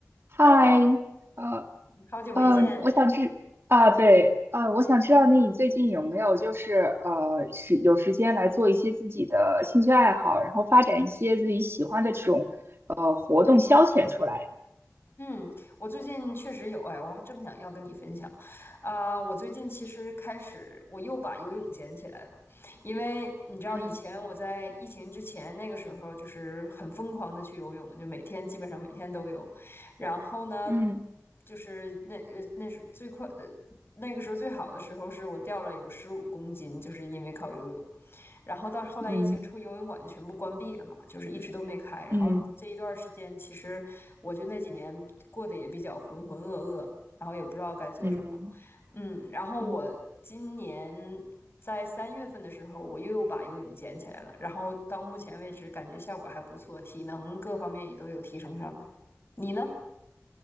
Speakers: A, on the right; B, on the left.
A: 嗨，
B: Hello，
A: 呃
B: 好久没见。
A: 呃，我想知啊，对，呃，我想知道你最近有没有就是呃是有时间来做一些自己的兴趣爱好，然后发展一些自己喜欢的这种呃活动消遣出来呀？
B: 嗯，我最近确实有哎，我还正想要跟你分享。啊、我最近其实开始我又把游泳捡起来了，因为你知道以前我在疫情之前那个时候就是很疯狂的去游泳，
A: 嗯
B: 就每天基本上每天都游。然后呢，
A: 嗯
B: 就是那呃那是最快的那个时候最好的时候是我掉了有十五公斤，就是因为靠游泳。然后到后来疫情之后，
A: 嗯
B: 游泳馆就全部关闭了嘛，就是一直都没开。然后这一段时间，
A: 嗯
B: 其实我就那几年过得也比较浑浑噩噩，然后也不知道该做什么。
A: 嗯嗯
B: 嗯，然后我今年在三月份的时候，
A: 嗯，
B: 我又把游泳捡起来了，然后到目前为止感觉效果还不错，体能各方面也都有提升上来。你呢？